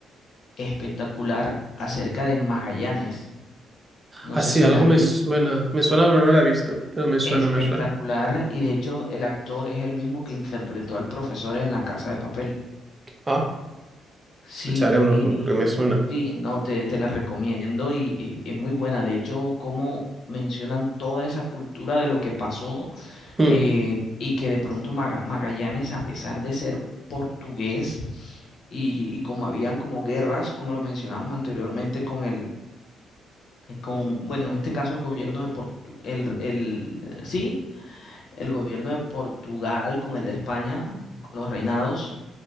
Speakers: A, on the left; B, on the right.
A: espectacular acerca de Magallanes. No
B: Así,
A: sé si
B: algo
A: la has
B: me
A: visto.
B: suena. Me suena, pero no la he visto. Pero me suena,
A: Espectacular.
B: me suena.
A: Y de hecho, el actor es el mismo que interpretó al profesor en La Casa de Papel.
B: Ah,
A: Sí,
B: pues le echaré un
A: y
B: ojo porque me suena.
A: sí, no, te, te la recomiendo y, y es muy buena. De hecho, como mencionan toda esa cultura de lo que pasó
B: Mm,
A: eh, y que de pronto Maga- Magallanes, a pesar de ser portugués, y, y como habían como guerras, como lo mencionamos anteriormente con el, con, bueno, en este caso el gobierno de Portu, el, el, eh, sí, el gobierno de Portugal con el de España, con los reinados,